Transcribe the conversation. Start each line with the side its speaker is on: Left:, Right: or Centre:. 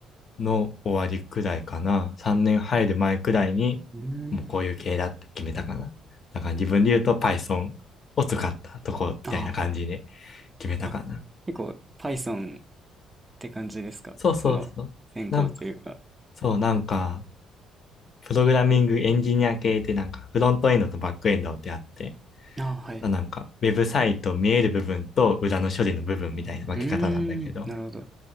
Left: の終わりくらいかな。3年入る前くらいに、
Right: うん。
Left: もうこういう系だって決めたかな。だから自分で言うと Python を使ったとこみたいな感じで
Right: あ
Left: 決めたかな。
Right: あ。あ、結構 Python って感じですかその、
Left: そうそうそう。
Right: 専攻というか。
Left: なんか、そう、なんか、プログラミングエンジニア系ってなんか、フロントエンドとバックエンドってあって、
Right: ああ、はい。
Left: なんか、ウェブサイト見える部分と裏の処理の部分みたいな分け方なんだけど、
Right: うーん、なるほど。